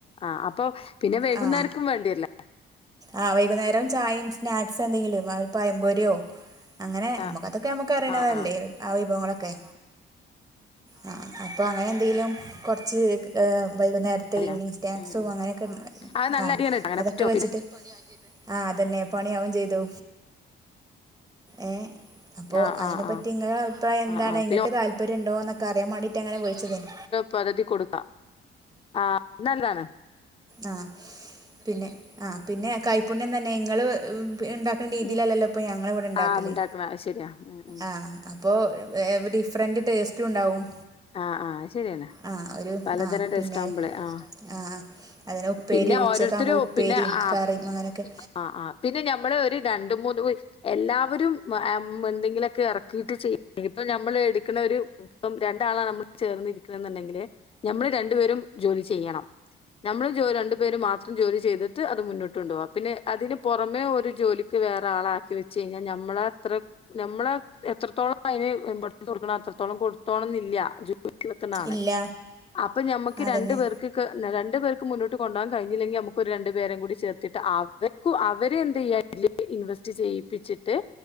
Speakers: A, on the left; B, on the right.
A: ആ അപ്പൊ പിന്നെ വൈകുന്നേർക്കും
B: ആ
A: വേണ്ടിയല്ലേ
B: ആ വൈകുന്നേരം ചായയും സ്നാക്സ് എന്തെങ്കിലും അ പഴംപൊരിയൊ അങ്ങനെ നമുക്ക
A: ആഹ്
B: നമുക്കറിയണതല്ലേ
A: ആഹ് ആഹ്
B: വിഭവങ്ങൾ ഒക്കെ ആ അപ്പൊ അങ്ങനെ എന്തെലും കുറച്ച് വൈകുന്നേരത്തെ
A: അല്ല
B: ഈവെനിംഗ് സ്നാക്സും
A: ഉം ഉം
B: അങ്ങനെയൊക്കെ
A: അത് നല്ല
B: ആ
A: അരിയാണ് ട്ടോ. അങ്ങനെ
B: അതൊക്കെ
A: പറ്റോ
B: വെച്ചിട്ട്
A: പിന്നെ
B: ആ അതെന്നെ പണിയാവുകയും ചെയ്തു ഏ അപ്പോ
A: ആഹ്
B: അയിനെ
A: ആഹ്
B: പറ്റി
A: ആഹ്
B: നിങ്ങടെ അഭിപ്രായം എന്താണ്
A: ആഹ് ആഹ്
B: നിങ്ങൾക്ക്
A: പിന്നെ
B: താല്പര്യമുണ്ടോ എന്നൊക്കെ അറിയാൻ വേണ്ടീട്ട് അങ്ങനെ വിളിച്ചതാണ്
A: പകുതി കൊടുക്കാം ആ അത് നല്ലാണ്
B: ആ പിന്നെ ആ പിന്നെ കൈപ്പുണ്യം തന്നെ ഇങ്ങള് ഉണ്ടാക്കുന്ന രീതിയിലല്ലല്ലോ
A: ഉം
B: ഇപ്പ ഞങ്ങള് ഇവിടെ ഉണ്ടാക്കല്
A: ആഹ് ഉണ്ടാക്കണം അത് ശരിയാ ഉം ഉം
B: ആ അപ്പൊ ഡിഫ്രണ്ട് ടേസ്റ്റും ഉണ്ടാവും
A: ആ ആ അത് ശരി തന്നെ
B: ആ ഒരു
A: പലതരം
B: ആ
A: ടേസ്റ്റാവുമ്പോളെ
B: പിന്നെ
A: ആ
B: ആ അതിന് ഉപ്പേരി
A: പിന്നെ
B: ഉച്ചക്കാകുമ്പോൾ
A: ഓരോരുത്തരും
B: ഉപ്പേരിയും
A: പിന്നെ ആ
B: കറിയും അങ്ങനെയൊക്കെ
A: ആ ആ പിന്നെ ഞ നമ്മള് ഒരു രണ്ട് മൂന്ന് എല്ലാവരും എന്തെങ്കിലുമൊക്കെ ഇറക്കിയിട്ട് ചെയ്യും ഇപ്പം നമ്മള് എടുക്കണ ഒരു ഇപ്പം രണ്ടാളാ നമ്മള് ചേർന്നിരിക്കണ എന്നുണ്ടെങ്കില് നമ്മള് രണ്ടു പേരും ജോലി ചെയ്യണം നമ്മളു രണ്ടു പേരും മാത്രം ജോലി ചെയ്ത് ട്ട് അത് മുന്നോട്ട് കൊണ്ട് പോവാം പിന്നെ അതിന് പുറമേ ഒരു ജോലിക്ക് വേറെ ആളാ വെച്ച് കഴിഞ്ഞാൽ നമ്മളത്ര നമ്മള് എത്രത്തോളം അതിന് ഇമ്പോർട്ടന്റ് കൊടുക്കണം അത്രത്തോളം കൊടുത്തോണം <unintelligible> ഇല്ല ജൂ <unintelligible> നാളെ
B: ഇല്ല
A: അപ്പൊ ഞമ്മക്ക്
B: അതന്നെ
A: രണ്ടു പേർക്ക്ക്ക് രണ്ട് പേർക്ക് മുന്നോട്ട് കൊണ്ട് പോവാൻ കഴിഞ്ഞില്ലങ്കി നമുക്ക് ഒരു രണ്ട് പേരയും കൂടി ചേർത്തി അവർക്ക് അവരെന്ത് ചെയ്യാ ഇൻവെസ്റ്റ് ചെയ്യിപ്പിച്ചിട്ട്